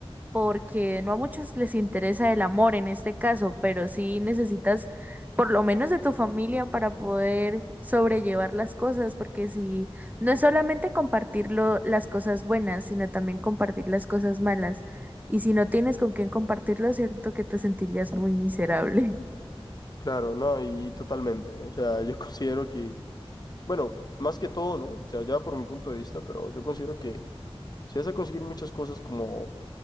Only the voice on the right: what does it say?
porque no a muchos les interesa el amor en este caso, pero sí necesitas por lo menos de tu familia para poder sobrellevar las cosas, porque si no es solamente compartir lo- las cosas buenas, sino también compartir las cosas malas. Y si no tienes con quién compartirlo, cierto que te sentirías muy miserable. <laughs>